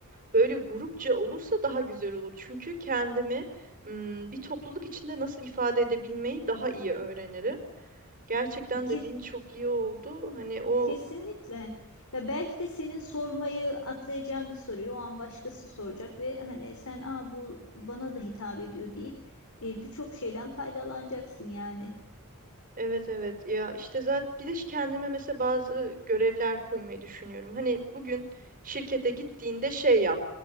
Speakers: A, on the right; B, on the left.
A: Böyle grupça olursa daha güzel olur. Çünkü kendimi ım, bir topluluk içinde nasıl ifade edebilmeyi daha iyi öğrenirim. Gerçekten
B: E, ke-
A: dediğin çok iyi oldu. Hani o
B: kesinlikle. Ya belki de senin sormayı atlayacağın bir soruyu o an başkası soracak ve hani sen Aa, bu bana da hitap ediyor deyip e, birçok şeyden faydalanacaksın yani.
A: evet evet ya işte zaten bir de kendime mesela bazı görevler koymayı düşünüyorum. Hani bugün şirkete gittiğinde şey yap.